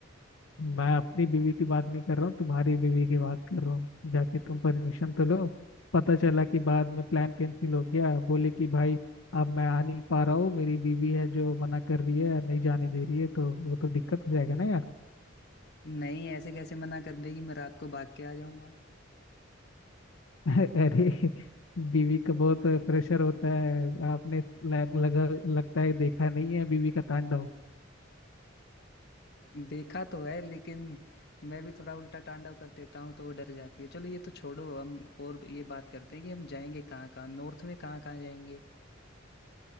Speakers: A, on the left (about 80°); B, on the left (about 55°).
A: मैं अपनी बीवी की बात नहीं कर रहा हूँ तुम्हारी बीवी की बात कर रहा हूँ जाके तुम परमिशन तो लो पता चला कि बाद में प्लान कैंसिल हो गया बोले कि भाई अब मैं आ नहीं पा रहा हूँ मेरी बीवी है जो मना कर रही है नहीं जाने दे रही है तो वो तो दिक्कत हो जाएगा ना यार
B: नहीं ऐसे कैसे मना कर देगी मैं रात को भाग के आ जाऊंगा
A: <laughs> अरे बीवी का बहुत प्रेशर होता है आपने लग, लगा लगता है देखा नहीं है बीवी का तांडव
B: देखा तो है लेकिन मैं भी थोड़ा उल्टा तांडव कर देता हूँ तो वो डर जाती है चलो ये तो छोड़ो हम और ये बात करते हैं कि हम जाएंगे कहाँ कहाँ नॉर्थ में कहाँ कहाँ जाएंगे